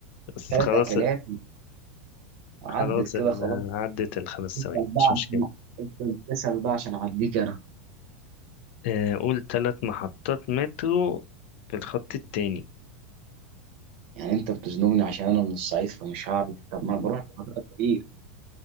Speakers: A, on the left (about 65°); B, on the right (about 60°).
A: بس
B: ثلاث
A: خلاص
B: اكلات عدت
A: خلاص
B: كده
A: ال-
B: خلاص
A: عدت الخمس
B: اسال
A: ثواني
B: بقى
A: مش
B: عشان
A: مشكله
B: انت بتسال بقى عشان اعديك انا
A: آه، قول ثلاث محطات مترو في الخط التاني
B: يعني انت بتزنقني عشان انا من الصعيد فمش هعرف طب ما انا بروح محاضرات كتير